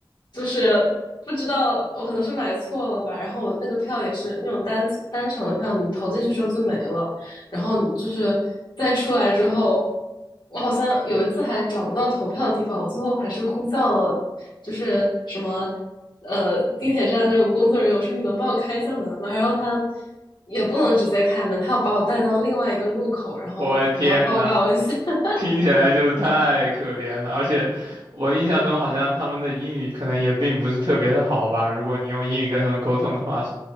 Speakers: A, on the left; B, on the right.
A: 就是不知道我可能是买错了吧，然后我那个票也是那种单单程的票，你投进去之后就没了，然后就是再出来之后，我好像有一次还找不到投票的地方，我最后还是呼叫了，就是什么呃地铁站那种工作人员，我说你能帮我开一下门吗？然后他也不能直接开门，他要把我带到另外一个路口，然后还要报告一下。
B: 我的天呐！
A: <laughs>
B: 听起来就太可怜了，而且我印象中好像他们的英语可能也并不是特别的好吧。如果你用英语跟他们沟通的话，